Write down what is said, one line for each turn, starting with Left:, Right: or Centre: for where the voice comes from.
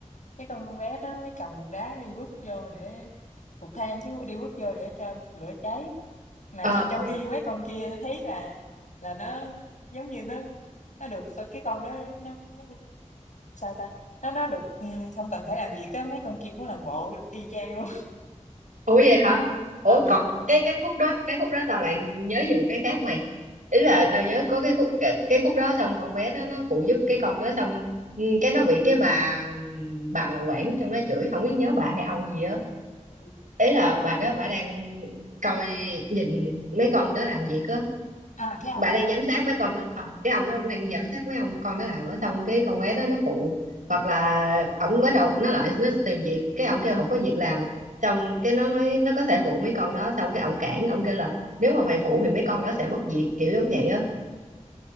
Left: cái con bé đó nó mới cầm cục đá đi bước vô để cục than chứ đi bước vô để cho lửa cháy mà
Right: ờ
Left: <laughs> trong trong
Right: ờ
Left: khi mấy con kia thấy là là nó giống như nó nó được sao cái con đó nó, nó sao ta nó nó được ừ, không cần phải làm gì cái mấy con kia cũng làm bộ y chang luôn
Right: Ủa vậy hả? Ủa
Left: Ừ.
Right: còn cái cái khúc đó, cái khúc đó tao lại nhớ về một cái khác mày. Ý là tao
Left: <laughs>
Right: nhớ có cái khúc cái, cái khúc đó xong con bé đó nó phụ giúp cái con đó xong ừ, cái nó bị cái bà bà mà quản trong đó chửi không biết nhớ bà hay ông gì á.
Left: Ừ.
Right: Ý là bà đó bà đang coi nhìn mấy con đó làm việc á
Left: À, cái
Right: bà
Left: ông, cái
Right: đang
Left: ông.
Right: giám sát mấy con đó à, cái ông đó ông đang giám sát mấy ông con đó làm ở xong cái con bé đó nó phụ hoặc là ổng bắt đầu nó lại nó tìm việc cái ổng kêu không có việc làm xong cái nó nói nó có thể phụ mấy con đó xong cái ổng cản ổng kêu là nếu mà mày phụ thì mấy con đó sẽ mất việc kiểu giống vậy á